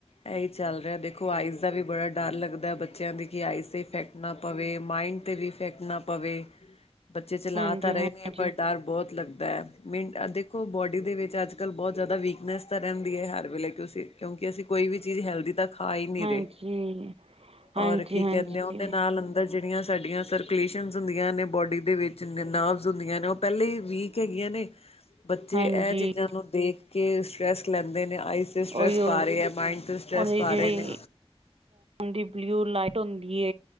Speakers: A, on the left; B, on the right.
A: ਇਹੀ ਚੱਲ ਰਿਹਾ ਦੇਖੋ ਆਈਜ਼ ਦਾ ਵੀ ਬੜਾ ਡਰ ਲੱਗਦਾ ਬੱਚਿਆਂ ਦੀ ਕਿ ਆਈਜ਼ ਇਫੈਕਟ ਨਾ ਪਵੇ ਮਾਈਂਡ ਤੇ ਵੀ ਇਫੈਕਟ ਨਾ ਪਵੇ। ਬੱਚੇ ਚਲਾ
B: ਹਾਂਜੀ
A: ਤਾਂ ਰਹੇ
B: ਹਾਂਜੀ
A: ਨੇ ਪਰ ਡਰ ਬਹੁਤ ਲੱਗਦਾ ਹੈ। ਮ ਦੇਖੋ ਬੋਡੀ ਦੇ ਵਿੱਚ ਅੱਜ ਕੱਲ੍ਹ ਬਹੁਤ ਜ਼ਿਆਦਾ ਵੀਕਨੈਸ ਤਾਂ ਰਹਿੰਦੀ ਹੈ ਹ। ਵੇਲੇ ਤੁਸੀ, ਕਿਉਂਕਿ ਅਸੀਂ ਕੋਈ ਵੀ ਚੀਜ਼ ਹੈਲਦੀ ਤੱਕ,, ਖਾ ਹੀ ਨਹੀਂ
B: ਹਾਂਜੀ
A: ਰਹੇ। ਔਰ
B: ਹਾਂਜੀ
A: ਕੀ
B: ਹਾਂਜੀ
A: ਕਹਿੰਦੇ ਐ। ਦੇ ਨਾਲ ਅੰਦਰ ਜਿਹੜੀਆਂ ਸਾਡੀਆਂ ਸਰਕੂਲੇਸ਼ਨਸ ਹੁੰਦੀਆਂ ਨੇ ਬੋਡੀ ਦੇ ਵਿੱਚ ਨਰਵਜ਼ ਹੁੰਦੀਆਂ ਨੇ ਉਹ। ਪਹਿਲੇ ਵੀਕ ਹੈਗੀਆਂ ਨੇ। ਬੱਚੇ
B: ਹਾਂਜੀ
A: ਇਹ ਚੀਜ਼ਾਂ ਨੂੰ ਦੇਖ ਕੇ ਸਟਰ੍ਰੈਸ ਲੈਂਦੇ ਨੇ ਆਈ ਸਟਰ੍ਰੈਸ
B: ਉਹੀਓ
A: ਪਾ ਰਹੀ ਐ, ਮਾਇੰਡ ਤੇ ਸਟ੍ਰੈਸ
B: ਉਹਦੀ
A: ਪਾ
B: ਜਿਹੜੀ
A: ਰਹੇ ਨੇ।
B: ਦੀ ਬਲਿਊ ਲਾਈਟ ਹੁੰਦੀ,